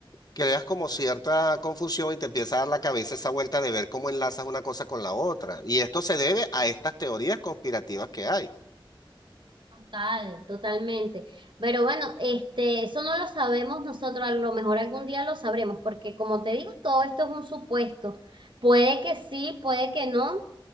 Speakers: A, on the left; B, on the right.
A: creas como cierta confusión y te empieza a dar la cabeza esa vuelta de ver cómo enlazas una cosa con la otra. Y esto se debe a estas teorías conspirativas que hay.
B: Total, totalmente. Pero bueno, este, eso no lo sabemos nosotros, a lo mejor algún día lo sabremos, porque como te digo, todo esto es un supuesto. Puede que sí, puede que no,